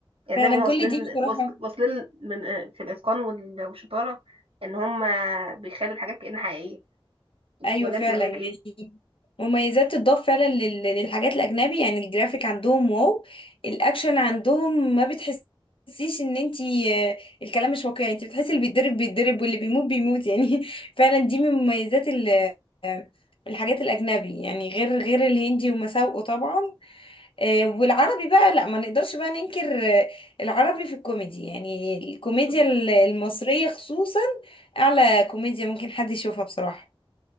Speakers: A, on the right (about 85°); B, on the left (about 70°).
A: يعني
B: فعلا
A: ده واصلين
B: كل دي بصراحة
A: واص- واصلين من آه، في الاتقان وال- والشطاره ان هم بيخلوا الحاجات كأن حقيقيه ولا
B: ايوه فعلا
A: انت رايك
B: يعني
A: ايه
B: مميزات تضاف فعلا لل- للحاجات الاجنبي يعني الجرافيك عندهم واو الاكشن عندهم ما بتحسيش ان انتي آه، الكلام مش واقعي انتي بتحسي اللي بيتضرب بيتضرب واللي بيموت بيموت يعني <laughs> فعلا دي من مميزات ال- آه، الحاجات الاجنبي يعني غير غير الهندي ومساوئه طبعا آه، والعربي بقى لا ما نقدرش بقى ننكر آه، العربي في الكوميدي يعني الكوميديا
A: مهم.
B: ال- المصرية خصوصا اعلى كوميديا ممكن حد يشوفها بصراحة